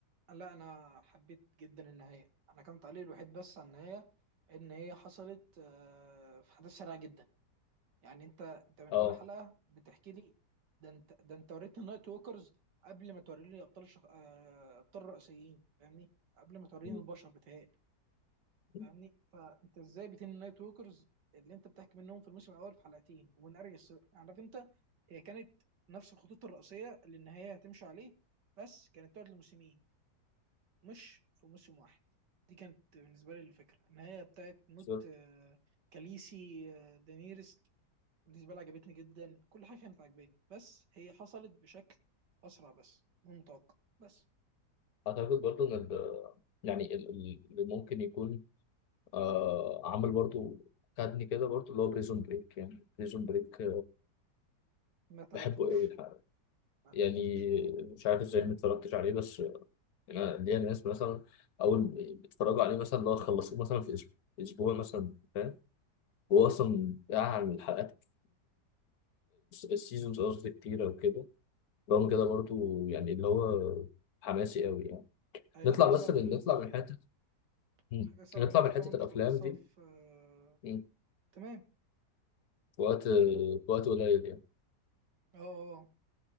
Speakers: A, on the right; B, on the left.
A: لا انا حبيت جدا النهايه انا كان تعليقي الوحيد بس على النهايه ان هي حصلت آه، في حدث سريع جدا يعني انت انت من
B: اه
A: اول حلقه بتحكي لي ده انت ده انت وريتني النايت ووكرز قبل ما توريني ابطال الشخ... آه، ابطال الرئيسيين فاهمني قبل ما توريني
B: م-
A: البشر بتهيألي
B: م-
A: فاهمني فانت ازاي بتني النايت ووكرز اللي انت بتحكي منهم في الموسم الاول في حلقتين ومن ارجل السر يعني عارف انت هي كانت نفس الخطوط الرئيسيه اللي النهايه هتمشي عليه بس كانت تقعد لموسمين مش في موسم واحد دي كانت بالنسبه لي الفكره النهايه بتاعت موت
B: بالظبط
A: آه، كاليسي آه، دانيرس بالنسبه لي عجبتني جدا كل حاجه كانت عاجباني بس هي حصلت بشكل اسرع بس من متوقع بس
B: اعتقد برضو ان ال- يعني ال- ال- اللي ممكن يكون آه عامل برضو خدني كده برضو اللي هو بريزون بريك يعني بريزون بريك
A: ما تابعتوش
B: بحبه قوي الحقيقة
A: ما
B: يعني
A: تابعتوش الحقيقه
B: مش عارف ازاي ما اتفرجتش عليه بس انا ليا ناس مثلا اول ما بيتفرجوا عليه مثلا لو خلصوه مثلا في اسبوع اسبوع مثلا فاهم
A: امم
B: هو اصلا قاعد على الحلقات السيزونز قصدي كتير او كده رغم كده برضو يعني اللي هو حماسي قوي يعني
A: ايوه
B: نطلع
A: حاجه صعب
B: بس من
A: اللي
B: نطلع
A: انت
B: من حته مم.
A: حاجه صعب
B: نطلع
A: اللي انت
B: من
A: فعلا
B: حته الافلام
A: تخلصها
B: دي
A: في آه،
B: مم.
A: تمام
B: في وقت في وقت قليل يعني
A: اه اه أه.